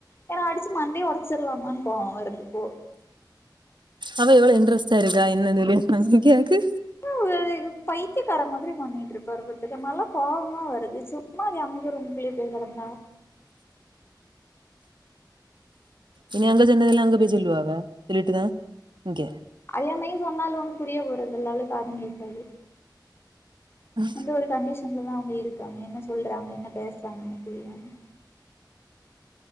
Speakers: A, on the left; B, on the right.
A: ஏனா அடிச்சு மண்டே ஒடச்சிடலாமான்னு கோவோ வருறதுப்போ
B: அவ எவ்ளோ இன்ட்ரெஸ்ட் ஆ இருக்கா என்னா ஜோலி இன்கி எக்கு
A: வு இவருக்கு பைத்தியகாரே மாதிரி பண்ணிட்டு இருப்பாரு பாத் துக்கோ இதுமேல்லா கோபமா வருது சும்மா அது அமைதியா இரு உ பிள்ளை போய் கெடந்தா
B: இனி அங்க சொன்னதெல்லா அங்க போய் சொல்லுவாக சொல்லிட்டுதா இங்கே
A: ஐயம்மையனு சொன்னாலு ஒண்ணு புரிய போறது இல்ல அவளுக்கு காதும் கேட்காது
B: ம்
A: இந்த ஒரு கண்டிஷன்லதா அவுங்க இருக்காங்க என்ன சொல்றாங்க என்ன பேசுறாங்கன்னே புரியாம